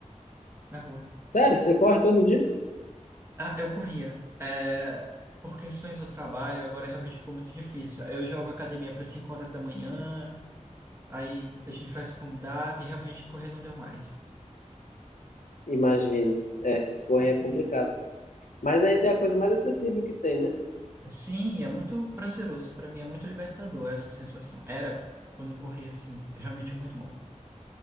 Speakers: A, on the right; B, on the left.
A: na rua.
B: Sério, você corre todo dia?
A: Ah, eu corria. é, por questões do trabalho, agora realmente ficou muito difícil. Eu jogo academia para 5 horas da manhã, aí a gente faz como dá, e realmente correr não deu mais.
B: Imagino. É, correr é complicado.
A: Uhum.
B: Mas ainda é a coisa mais acessível que tem, né?
A: Sim, é muito prazeroso para mim, é muito libertador essa sensação. Era quando eu corria assim, realmente é realmente muito bom.